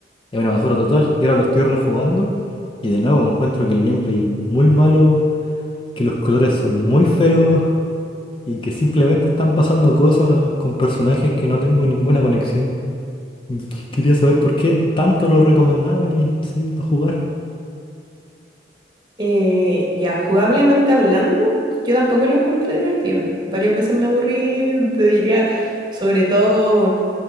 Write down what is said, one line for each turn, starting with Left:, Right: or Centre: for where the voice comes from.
Left: es una basura total. Y ahora lo estoy rejugando y de nuevo encuentro que el gameplay es muy malo, que los colores son muy feos. y que simplemente están pasando cosas con personajes que no tengo ninguna conexión. qu- Quería saber por qué tanto lo recomendaba y sí, para jugar.
Right: Eh, ya, jugablemente hablando, yo tampoco lo encontré divertido. Varias veces me aburrí, <laughs> te diría, sobre todo